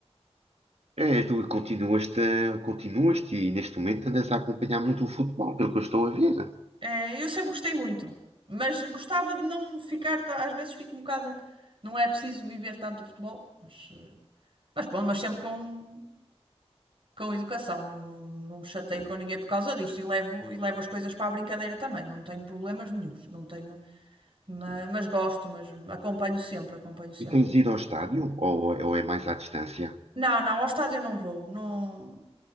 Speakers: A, on the right; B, on the right.
A: É, tu continuaste, a- continuaste e neste momento andas a acompanhar muito o futebol, pelo que eu estou a ver.
B: É, eu sempre gostei muito, mas gostava de não ficar, ta- às vezes fico um bocado, não é preciso viver tanto o futebol, mas. eh, Mas pronto, mas sempre com, com educação, não, não, não me chateio
A: É,
B: com ninguém por causa disto e levo, e levo as coisas para a brincadeira também, não tenho problemas nenhuns, não tenho, ma-
A: tu-
B: mas, gosto, mas acompanho sempre, acompanho sempre
A: E tens
B: o...
A: ido ao estádio
B: o-
A: ou, ou é mais à distância?
B: Não, não, ao estádio não vou, não,